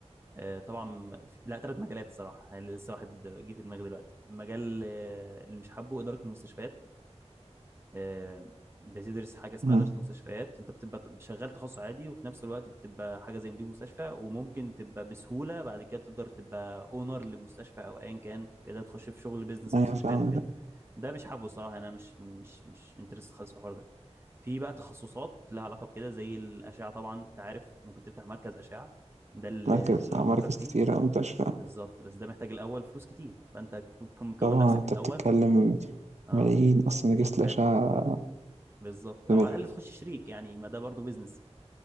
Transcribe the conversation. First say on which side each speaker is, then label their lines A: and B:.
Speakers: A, on the right (about 20°); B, on the right (about 75°).
A: آه، طبعا في- لا ثلاث مجالات الصراحه يعني لسه واحد جه في دماغي دلوقتي مجال آه، اللي مش حبه اداره المستشفيات آه، بتدرس حاجه اسمها
B: مهم.
A: اداره مستشفيات انت بتبقى شغال تخصص عادي وفي نفس الوقت بتبقى حاجه زي مدير مستشفى وممكن تبقى بسهوله بعد كده تقدر تبقى اونر لمستشفى او ايا كان كده تخش في شغل بيزنس
B: ايوه
A: مستشفيات
B: فاهم
A: وكده ده مش حابه الصراحه انا مش مش مش انترست خالص في الحوار ده في بقى تخصصات لها علاقه بكده زي الاشعه طبعا انت عارف ممكن تفتح مركز اشعه ده اللي
B: مراكز
A: اللي
B: آه،
A: انا بفكر
B: مراكز
A: فيه
B: كتيرة أوي منتشرة
A: بالظبط بس ده محتاج الاول فلوس كتير فانت كنت مكون
B: طبعًا
A: نفسك
B: أنت
A: الاول
B: بتتكلم
A: اه
B: ملايين أصلًا
A: ملايين
B: أجهزة
A: فعلا
B: الأشعة
A: بالظبط
B: بملايين،
A: او على الاقل تخش شريك يعني ما ده برضو بيزنس